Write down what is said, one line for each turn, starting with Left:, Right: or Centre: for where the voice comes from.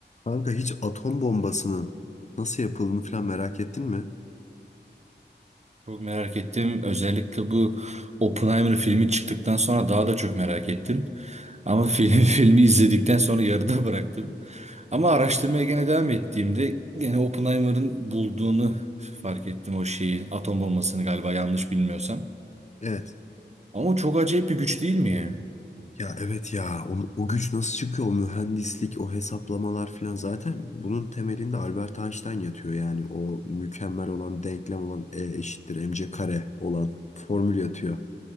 Left: Kanka hiç atom bombasının nasıl yapıldığını falan merak ettin mi?
Right: Çok merak ettim. Özellikle bu Oppenheimer filmi çıktıktan sonra daha da çok merak ettim. Ama film, <laughs> filmi izledikten sonra yarıda bıraktım. Ama araştırmaya gene devam ettiğimde gene Oppenheimer'ın bulduğunu fark ettim o şeyi. Atom bombasını galiba yanlış bilmiyorsam.
Left: Evet.
Right: Ama çok acayip bir güç değil mi ya?
Left: Ya evet ya onu- o güç nasıl çıkıyor o mühendislik o hesaplamalar falan. zaten bunun temelinde Albert Einstein yatıyor yani o mükemmel olan denklem olan E eşittir mc kare olan formül yatıyor.